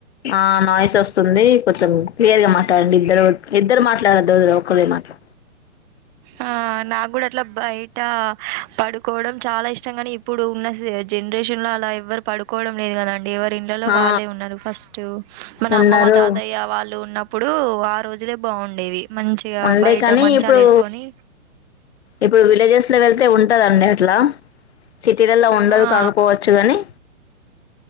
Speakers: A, on the left; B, on the right.
A: ఆ నాయిస్ వస్తుంది కొంచెం క్లియర్ గా మల్లి అండి ఇద్దరు ఇద్దరు మాట్లాడద్దు ఒకరే మాట్ల
B: ఆ నాకూడా అట్లా బయట పడు పకోవడం చాలా ఇష్టం గాని ఇప్పుడు ఉన్న జనరేషన్ లో అలా ఎవరు పడుకోవడం లేదు కదాండి ఎవరు ఇండ్ల లో
A: ఆ
B: వాళ్ళే ఉన్నారు ఫస్ట్ మన
A: ఉన్నారు
B: అమ్మమ్మ తాతయ్య వాళ్ళు ఉన్న ఇప్పుడు ఆ రోజులే బాగుండేవి మంచిగా
A: ఉండే
B: బయట
A: కాని
B: మంచాలు
A: ఇప్పుడు
B: వేసుకొని
A: ఇప్పుడు విలేజెస్ లో వెళ్ అయితే ఉంటదండి అట్లా సిటీలలో ఉండదు
B: ఆ
A: కాకపోవచ్చు గాని